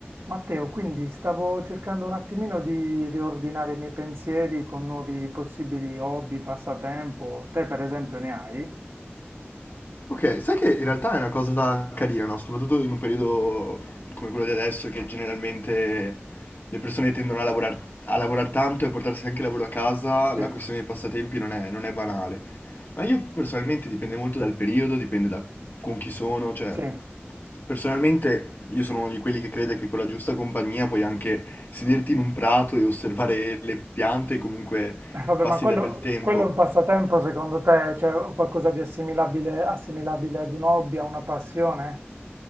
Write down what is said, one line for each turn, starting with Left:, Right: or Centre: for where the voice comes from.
Right: Matteo, quindi stavo cercando un attimino di riordinare i miei pensieri con nuovi possibili hobby, passatempo. Te, per esempio, ne hai?
Left: Ok, sai che in realtà è una cosa carina, no? Soprattutto in un periodo come quello di adesso, che generalmente le persone tendono a lavorare a lavorar tanto e a portarsi anche il lavoro a casa,
Right: Sì,
Left: la questione dei passatempi non è, non è banale. Ma io personalmente dipende molto dal periodo, dipende da con chi sono, cioè
Right: sì.
Left: personalmente io sono uno di quelli che crede che con la giusta compagnia puoi anche sederti in un prato e osservare le piante e comunque
Right: <laughs> Vabbè,
Left: passi
Right: ma quello,
Left: del bel tempo.
Right: quello è un passatempo, secondo te? C'è qualcosa di assimilabile, assimilabile ad un hobby, a una passione?